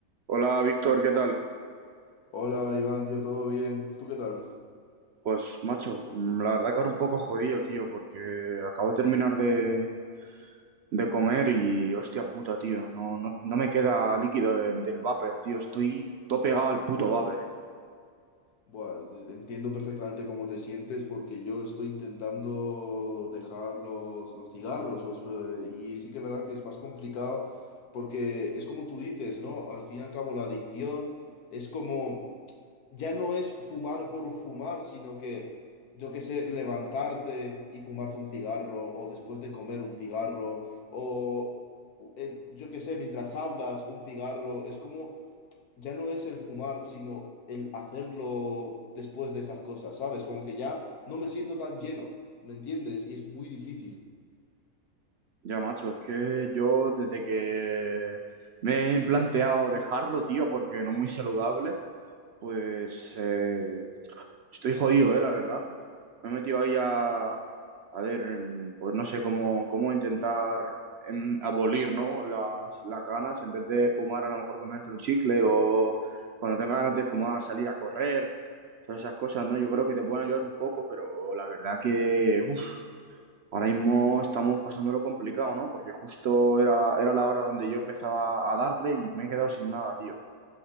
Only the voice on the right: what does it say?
Hola Víctor, ¿qué tal?
Pues macho, mm, la verdad que ahora un poco jodido, tío, porque acabo de terminar de, de comer y hostia puta, tío, no, no, no me queda líquido de- del vapor, tío, estoy todo pegado al puto vapor, eh.
Ya macho, es que yo desde que me he planteado dejarlo, tío, porque no es muy saludable, pues eh, Estoy jodido, eh, la verdad. Me he metido ahí a, a ver, en- pues no sé cómo, cómo intentar em, abolir, ¿no? Las, las ganas, en vez de fumar, a lo mejor comerte un chicle o cuando tengas ganas de fumar, salir a correr, todas esas cosas, ¿no? Yo creo que te pueden ayudar un poco, pero la verdad que uf, ahora mismo estamos pasándolo complicado, ¿no? Porque justo era, era la hora donde yo empezaba a darle y me he quedado sin nada, tío.